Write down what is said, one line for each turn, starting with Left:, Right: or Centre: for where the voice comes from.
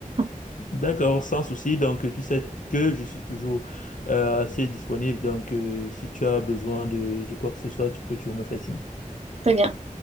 Right: <laughs>
Left: D'accord, sans souci. Donc euh, tu sais que je suis toujours euh, assez disponible. Donc euh, si tu as besoin de, de quoi que ce soit, tu peux toujours me faire signe.
Right: Très bien.